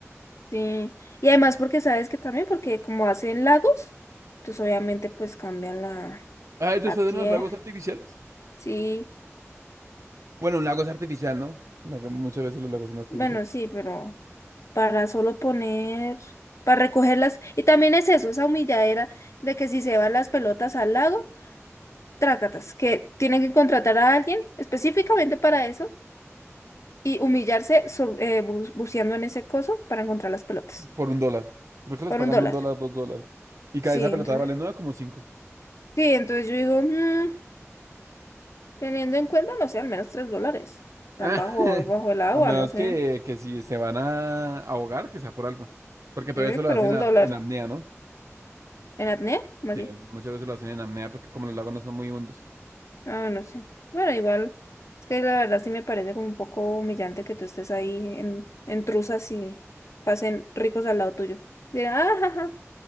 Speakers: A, on the left; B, on the right.
A: sí. Y además porque sabes que también, porque como hacen lagos, entonces obviamente pues cambian la,
B: Ah, ¿ellos
A: la
B: ustedes
A: tierra,
B: en los lagos artificiales?
A: sí.
B: Bueno, un lago es artificial, ¿no? Muchas veces los lagos son artificiales.
A: Bueno, sí, pero para solo poner, para recogerlas. Y también es eso, esa humilladera de que si se van las pelotas al lago, trácatas, que tienen que contratar a alguien específicamente para eso y humillarse so- eh, bu- buceando en ese coso para encontrar las pelotas.
B: por un dólar. Creo que les
A: Por
B: pagan
A: un dólar.
B: un dólar, dos dólares. Y cada
A: Sí,
B: esa pelota
A: entonces,
B: vale nueve como cinco.
A: sí, entonces yo digo, mm, teniendo en cuenta, no sé, al menos tres dólares. Están
B: <laughs>
A: bajo, bajo el agua,
B: A menos
A: no sé.
B: que, que si se van a ahogar, que sea por algo. Porque todo
A: Sí,
B: eso lo
A: pero
B: hacen
A: un
B: a-
A: dólar.
B: en apnea, ¿no?
A: ¿En apnea? ¿Cómo así?
B: Sí. Es- Muchas veces lo hacen en apnea porque como los lagos no son muy hondos.
A: Ah, no sé. Bueno, igual, es que la verdad sí me parece como un poco humillante que tú estés ahí en, en truzas y pasen ricos al lado tuyo. Dirán, ah, ja, ja,